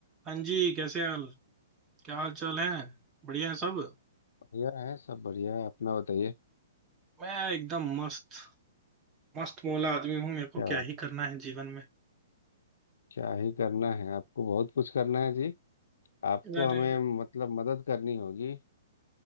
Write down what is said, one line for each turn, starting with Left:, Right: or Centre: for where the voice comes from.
Right: हाँ जी कैसे हाल क्या हाल चाल है बढ़िया है सब
Left: बढ़िया है सब बढ़िया है अपना बताइए
Right: मैं एकदम मस्त मस्त मौला आदमी हूँ मेरे को
Left: क्या
Right: क्या ही करना है जीवन में
Left: क्या ही करना है आपको बहुत कुछ करना है जी आपको
Right: अरे
Left: हमें मतलब मदद करनी होगी